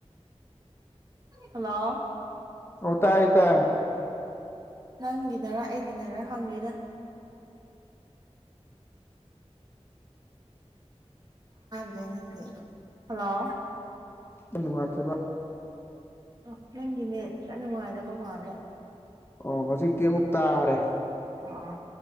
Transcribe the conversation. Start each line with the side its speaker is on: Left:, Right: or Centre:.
Right: ꯍꯜꯂꯣ
Left: ꯑꯣ ꯇꯥꯏ ꯇꯥꯏ
Right: ꯅꯪꯒꯤꯅꯔ ꯑꯩꯒꯤꯅꯔ ꯈꯪꯂꯤꯔ ꯭ꯔꯦ ꯅꯪꯦ ꯍꯜꯂꯣ
Left: ꯅꯨꯡꯉꯥꯏꯖꯕ
Right: ꯑꯣ ꯅꯪꯒꯤꯅꯦ ꯈꯔ ꯅꯨꯡꯉꯥꯏꯔꯕ ꯃꯥꯜꯂ
Left: ꯑꯣ ꯍꯧꯖꯤꯛꯇꯤ ꯑꯃꯨꯛ ꯇꯥꯔꯦ
Right: ꯑꯣ